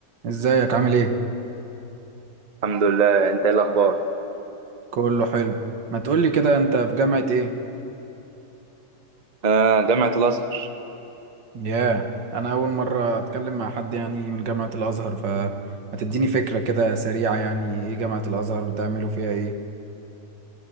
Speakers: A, on the right (about 80°); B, on the right (about 30°).
A: ازيك عامل ايه
B: الحمد لله انت ايه الاخبار
A: كله حلو ما تقولي كده انت في جامعة ايه
B: آه جامعة الازهر
A: ياه انا اول مرة اتكلم مع حد يعني من جامعة الازهر فما تديني فكرة كده سريعة يعني ايه جامعة الازهر بتعملوا فيها ايه